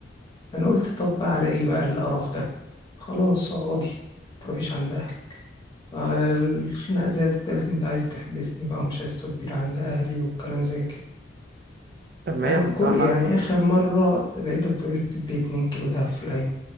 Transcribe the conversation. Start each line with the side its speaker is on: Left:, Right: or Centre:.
Left: انا قلت طب بقى على ايه بقى القرف ده خلاص اقعدي متروحيش عند اهلي فالخناقة زادت قالت لي انت عايز تحبسني بقى ومش عايز توديني عند اهلي والكلام زي كده
Right: طب ما
Left: فاهم
Right: هي عندها
Left: كل
Right: حق
Left: يعني اخر مرة لقيتها بتقول لي اكتب لي 2 كيلو دهب في الأيمن